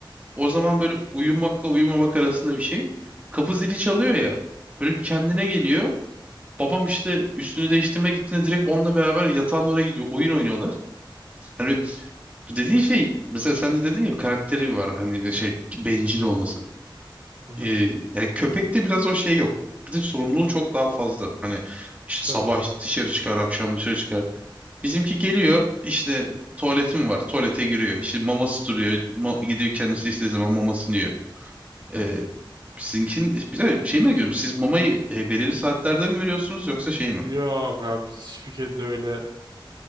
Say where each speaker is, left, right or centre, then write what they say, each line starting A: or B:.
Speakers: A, on the right; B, on the right.
A: O zaman böyle uyumakla uyumamak arasında bir şey. Kapı zili çalıyor ya. Böyle bir kendine geliyor. Babam işte üstünü değiştirmeye gittiğinde direkt onunla beraber yatağın oraya gidiyor. Oyun oynuyorlar. Hani bu dediğin şey mesela sen de dedin ya karakteri var. Hani şey bencil
B: Hı hı.
A: olması.
B: Hı hı.
A: Ee, yani köpekte biraz o şey yok. Bir de sorumluluğu çok daha fazla. Hani işte
B: Tabii
A: sabah
B: canım.
A: dışarı çıkar, akşam dışarı çıkar. Bizimki geliyor işte tuvaleti mi var? Tuvalete giriyor. İşte maması duruyor. Ma- gidiyor kendisi istediği zaman mamasını yiyor. Ee, sizinkin e, bir dakika, şey mi ediyorum. Siz mamayı e, belirli saatlerde mi veriyorsunuz yoksa şey mi?
B: Yok abi biz hiçbir kedi de öyle